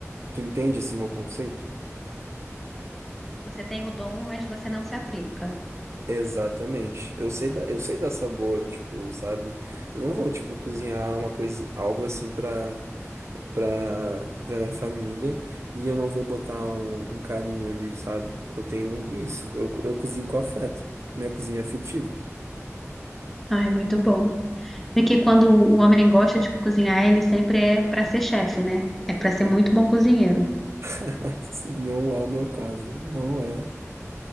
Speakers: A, on the right (about 60°); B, in the centre.
A: Tu entende esse meu conceito?
B: Você tem o dom, mas você não se aplica.
A: Exatamente. Eu sei da, eu sei dar sabor, tipo, sabe? Eu não vou, tipo, cozinhar uma coisa, algo assim pra, pra, pra minha família e eu não vou botar um, um carinho ali, sabe? Eu tenho isso. Eu, co- eu cozinho com afeto. Minha cozinha é afetiva.
B: Ah, é muito bom. É que quando o homem gosta de cozinhar, ele sempre é para ser chefe, né? É para ser muito bom cozinheiro.
A: <laughs> Não é o meu caso. Não é.